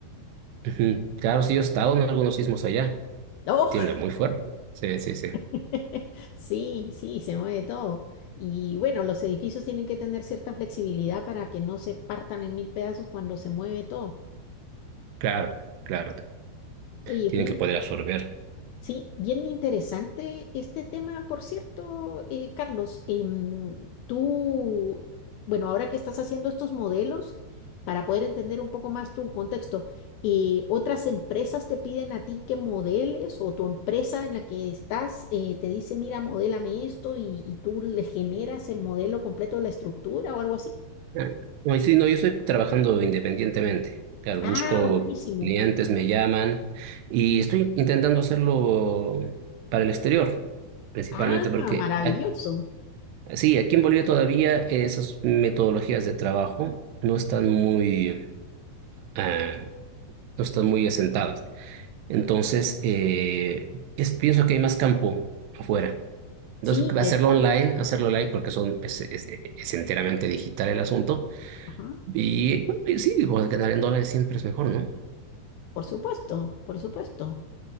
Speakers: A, on the right; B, on the left.
A: Ujú. Claro, sí, yo he estado en algunos sismos allá.
B: ¡Oh!
A: Tiembla muy fuerte. Sí, sí, sí.
B: <laughs> Sí, sí, se mueve todo. Y bueno, los edificios tienen que tener cierta flexibilidad para que no se partan en mil pedazos cuando se mueve todo.
A: Claro, claro.
B: Oye,
A: Tienen
B: bien
A: que poder absorber.
B: Sí, bien interesante este tema, por cierto, eh, Carlos. Em, tú, bueno, ahora que estás haciendo estos modelos, para poder entender un poco más tu contexto, eh, ¿otras empresas te piden a ti que modeles o tu empresa en la que estás eh, te dice, mira, modélame esto y, y tú le generas el modelo completo de la estructura o algo así?
A: Ah, No, y sí, no, yo estoy trabajando independientemente. Claro,
B: Ah,
A: busco
B: buenísimo.
A: clientes, me llaman y estoy intentando hacerlo para el exterior, principalmente
B: Ah,
A: porque
B: maravilloso.
A: ac- sí, aquí en Bolivia todavía esas metodologías de trabajo no están muy, ah, no están muy asentadas. Entonces, eh, es- pienso que hay más campo afuera. Entonces,
B: Sí, de
A: hacerlo
B: todas
A: online,
B: maneras.
A: hacerlo online porque son, es, es- es enteramente digital el asunto.
B: Ajá,
A: Y bueno, y sí, bueno, ganar en dólares siempre es mejor, ¿no?
B: por supuesto, por supuesto.